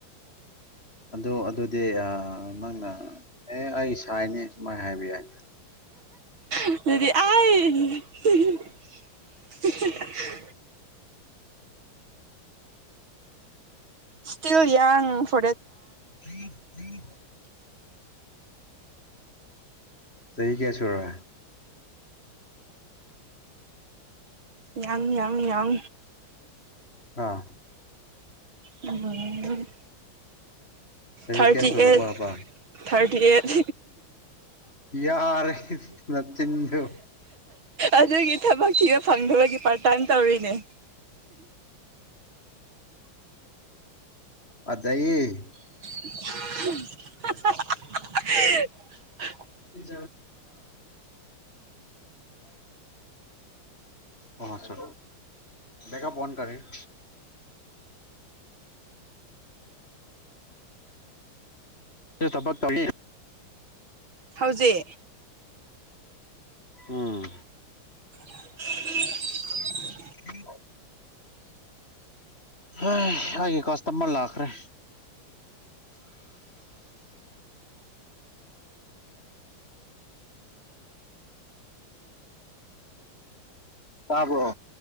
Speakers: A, on the left; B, on the right.
A: ꯑꯗꯨ ꯑꯗꯨꯗꯤ ꯅꯪꯅ ꯑꯦ ꯑꯩ ꯏꯁꯅꯤ ꯁꯨꯃꯥꯏꯅ ꯍꯥꯏꯕ ꯌꯥꯏ
B: ꯑꯗꯨꯗꯤ ꯑ <unintelligible> ꯁꯇꯤꯜ ꯌꯥꯡ ꯐ
A: ꯎꯝ ꯎꯝ ꯁ ꯆꯍꯤ ꯀꯌꯥꯁꯨꯔ
B: ꯌꯥꯪ ꯌꯥꯪ ꯌꯥꯪ
A: ꯑꯥ
B: ꯑ
A: ꯆꯍꯤ
B: ꯊꯥꯔꯇꯤ
A: ꯀꯌꯥ ꯁꯨꯔꯕꯕ
B: ꯑꯩꯠ ꯊꯥꯔꯇꯤ ꯑꯩꯠ
A: ꯌꯥꯔꯦ ꯅꯠꯇꯤꯟꯖꯣ
B: ꯑꯗꯨꯒꯤ ꯊꯕꯛ ꯊꯤꯕ ꯐꯪꯗꯕꯒꯤ ꯄꯥꯔꯇꯥꯅ ꯇꯧꯔꯤꯅꯦ
A: ꯑꯖꯏꯌꯦ
B: <unintelligible>
A: <unintelligible> ꯦ ꯑꯣꯁ ꯀꯞ ꯑꯣꯟꯇꯥꯔꯦ <unintelligible> ꯊꯕꯛ ꯇꯧ
B: ꯍꯧꯖꯤꯛ
A: ꯎꯝ
B: <inaudible>
A: ꯎꯝ ꯎꯝ ꯍꯥꯏꯒꯤ ꯀꯥꯁꯇꯃꯔ ꯂꯥꯛꯈ꯭ꯔꯦ ꯇꯥꯕ꯭ꯔꯣ